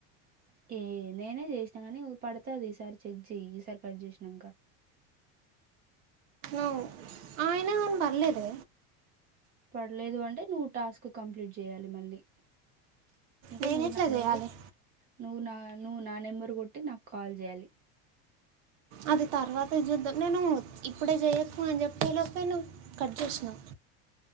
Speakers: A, on the right; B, on the right.
A: ఏ నేనే చేసినా కాని పడతుది ఈసారి చెక్ చెయ్య ఈసారి కట్ చేసినాక
B: ఓ అయినా కాని పర్లేదు
A: పడలేదు అంటే నువ్వు టాస్క్ కంప్లీట్ చేయాలి మళ్ళీ అంటే
B: నేను
A: నాకు
B: ఎట్లా
A: నువ్వే
B: చేయాలి
A: నువ్వు నా నువ్వు నా నెంబర్ కొట్టి నాకు కాల్ చేయాలి
B: అది తర్వాత చూద్దాం నేను ఇప్పుడే చేయకు అని చెప్పేలోపో ను కట్ చేసినావు